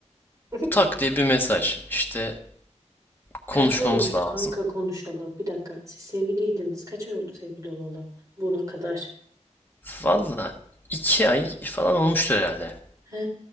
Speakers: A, on the right (about 30°); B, on the left (about 15°).
A: <laughs>
B: Tak diye bir mesaj işte konuşmamız
A: Kaç ay olmuştu
B: lazım.
A: kanka konuşalı? Bir dakika. Siz sevgiliydiniz. Kaç ay oldu sevgili olalı buna kadar?
B: Valla iki ay falan olmuştur herhalde.
A: He